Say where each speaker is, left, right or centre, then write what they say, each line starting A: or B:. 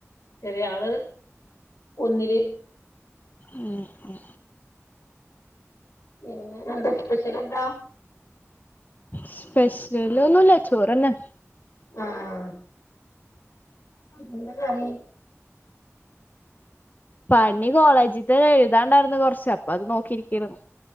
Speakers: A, on the left (about 85°); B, on the left (about 35°).
A: ചെറിയയാള് ഒന്നില്.
B: ഉം ഉം
A: പിന്നെ എന്താ സ്പെഷ്യൽ എന്താ?
B: സ്പെഷ്യല് ഒന്നുല്ല ചോറ്ന്നെ.
A: ആഹ് എന്താ കറി
B: പണി കോളേജിത് എഴുതാണ്ടായിരുന്നു കൊറച്അപ്പൊ അത് നോക്കിയിരിക്കരുന്നു